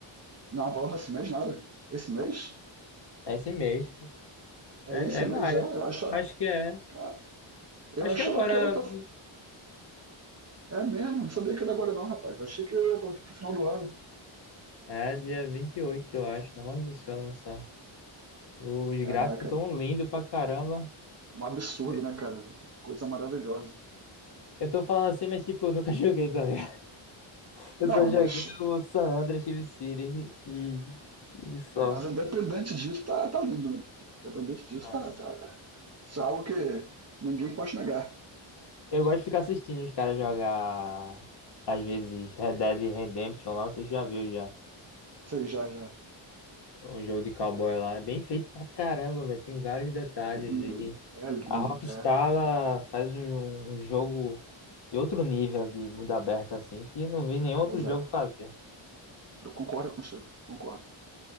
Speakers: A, on the right (about 30°); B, on the left (about 55°).
A: Não, porra, esse mês nada. Esse mês?
B: É esse mês.
A: É
B: É,
A: esse
B: é maio.
A: mês já? Eu achava,
B: Acho que é.
A: cara, eu
B: Acho
A: achava
B: que agora.
A: que era outra... É mesmo, não sabia que era agora não, rapaz. Achei que era pro final do ano.
B: É dia 28, eu acho. Não, mas isso vai lançar. Os
A: Caraca,
B: gráficos tão lindos pra caramba.
A: um absurdo,
B: Eu
A: né, cara? Coisa maravilhosa.
B: eu tô falando assim, mas tipo, eu nunca <laughs> joguei, tá ligado? Eu
A: Não,
B: só joguei
A: mas
B: o San Andreas Chief City e, e só.
A: Mas independente disso, tá, tá lindo. Independente disso,
B: Mano.
A: tá, tá. Isso é algo que ninguém pode negar.
B: Eu gosto de ficar assistindo os caras jogar, às vezes, Red Dead Redemption lá, não sei se já viu já.
A: Sei já, já.
B: Um jogo de cowboy lá. É bem feito pra caramba, velho. Tem vários detalhes.
A: É lindo.
B: E
A: É lindo.
B: a Rockstar
A: É.
B: ela faz um, um jogo de outro nível de mundo aberto assim, que não vi nenhum outro
A: Pois
B: jogo
A: é.
B: fazer.
A: Eu concordo contigo. Concordo.